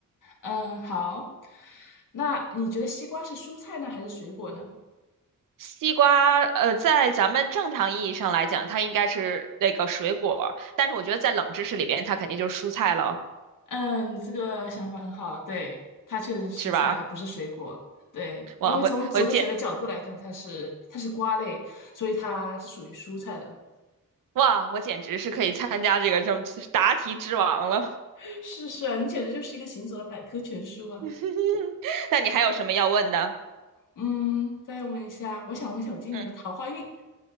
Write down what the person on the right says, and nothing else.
西瓜，呃，在咱们正常意义上来讲，它应该是那个水果但是我觉得在冷知识里边，它肯定就是蔬菜了，
是吧？
哇，
我我简
哇，我简直是可以参加这个这么答题之王了。
<laughs> 那你还有什么要问的？
嗯，